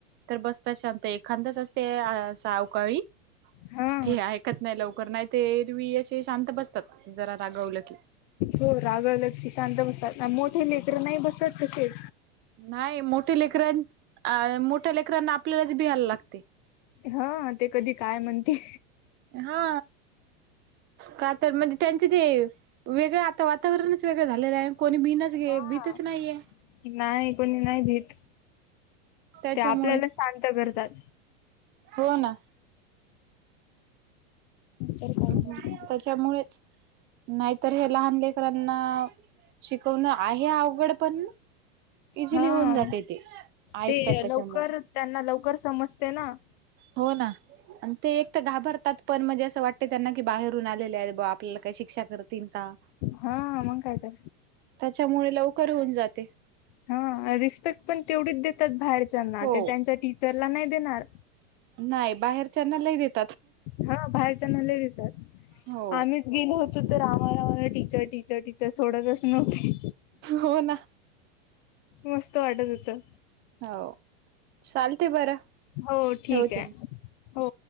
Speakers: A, on the right (about 35°); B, on the left (about 45°).
A: तर बसतात शांत. खांदच असते सावकाळी
B: हा
A: तेऐकत नाही लवकर नाही तर एरवी शांत बसतात जरा रागवलं की
B: हो रागवलं की शांत बसतात मोठे लेकरं नाही बसत तसे.
A: नाही मोठ्या लेकरां अ मोठ्या लेकरांना आपल्यालाच भियायला लागते.
B: हा ते कधी काय म्हणते.
A: हा. का तर म्हणजे त्यांचं ते वेगळं आता वातावरणच वेगळं झालेलं आहे. कोणी बीनच घे
B: हा
A: भीतच नाहीये
B: नाही कोणी नाही भीत
A: त्याच्यामुळे
B: ते आपल्याला शांत करतात.
A: हो ना
B: तर काय
A: हम्
B: तर.
A: त्याच्यामुळेच नाहीतर हे लहान लेकरांना शिकवणं आहे अवघड पण इझिली
B: हा
A: होऊन जाते ते ऐकतात
B: ते
A: त्याच्यामुळे
B: लवकर त्यांना लवकर समजते ना.
A: हो ना आणि ते एक तर घाबरतात पण म्हणजे असं वाटत त्यांना की बाहेरून आलेले आहेत ब आपल्याला काय शिक शिक्षा करतील का
B: हा मग काय तर.
A: त्याच्यामुळे लवकर होऊन जाते.
B: हा रिस्पेक्ट पण तेवढीच देतात बाहेरच्याना
A: हो
B: ते त्यांच्या टीचरला नाही देणार
A: नाही बाहेरच्याना ल देत
B: हा बाहेरचणले नाही देतात
A: हो
B: आम्हीच गेलो होतो तर आमा रामाला टीचर टीचर टीचर सोडतच नव्हते.
A: हो ना
B: मस्त वाटत होतं
A: हो चालते बरं
B: हो ठीके
A: ठेवते मग
B: हो